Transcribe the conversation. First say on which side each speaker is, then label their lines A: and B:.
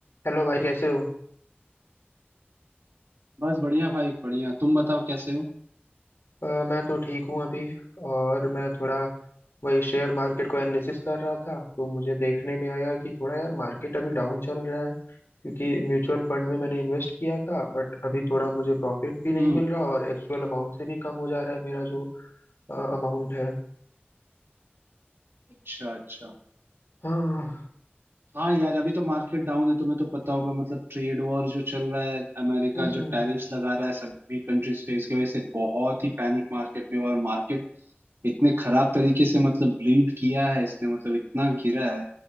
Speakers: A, on the left (about 80°); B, on the right (about 85°).
A: Hello भाई कैसे हो
B: बस बढ़िया भाई बढ़िया तुम बताओ कैसे हो
A: अ, मैं तो ठीक हूँ अभी और मैं थोड़ा वही शेयर मार्केट को एनालिसिस कर रहा था तो मुझे देखने में आया कि थोड़ा यार मार्केट अभी डाउन चल रहा है क्योंकि म्यूचुअल फंड में मैंने इन्वेस्ट किया था बट अभी थोड़ा मुझे प्रॉफिट भी नहीं
B: हम्म
A: मिल रहा और एक्चुअल अमाउंट से भी कम हो जा रहा है मेरा जो अमाउंट है
B: अच्छा अच्छा
A: हाँ
B: हाँ यार अभी तो मार्केट डाउन है तुम्हें तो पता होगा मतलब ट्रेड वॉर जो चल रहा है अमेरिका
A: हम्म हम्म
B: जो टैरिफ्स लगा रहा है सभी कंट्रीज पे इसकी वजह से बहुत ही पैनिक मार्केट में हुआ और मार्केट इतने खराब तरीके से मतलब लीड किया है इसने मतलब इतना गिरा है